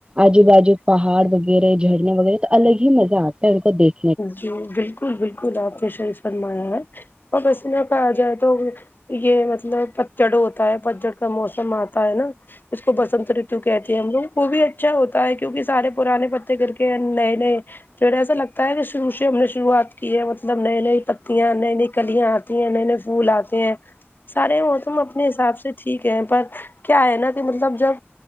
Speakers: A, on the right; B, on the left.
A: آجو باجو پہاڑ وغیرہ جھرنا وغیرہ تو الگ ہی مزہ آتا ہے ان کو دیکھ
B: جی بالکل بالکل آپ نے شریف فرمایا ہے اورپس میں پہ آ جائے تو یہ مطلب پتجڑ ہوتا ہے پتجڑ کا موسم آتا ہے نا اس کو بسنت رتو کہتے ہیں ہم لوگ وہ بھی اچھا ہوتا ہے کیونکہ سارے پرانے پتے گھر کے نئے نئے تھوڑاسا لگتا شروعات کی ہے مطلب نئی نئی پتیاں نئی نئی کلیاں اتی ہیں نئے نئے پھول سارے موسم اپنے حساب سے ٹھیک ہے پر کیا ہے نا کہ مطلب جب